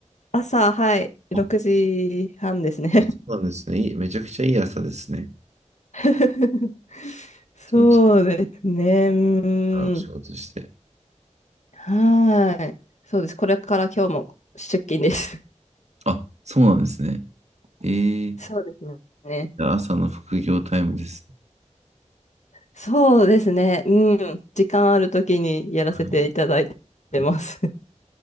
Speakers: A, on the left; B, on the right.
A: 朝、はい、6時半ですね。
B: あ、そうなんですね。いい、めちゃくちゃいい朝ですね。
A: <laughs> そうですね。
B: 気持ちいい
A: うーん。
B: から仕事して。
A: はい。そうです。これから今日も出勤です。
B: あ、そうなんですね。え
A: <laughs>
B: ー、
A: そうですね。
B: 朝の副業タイムです。
A: そうですね。うん。時間あるときにやらせていただいてます。
B: はい。はい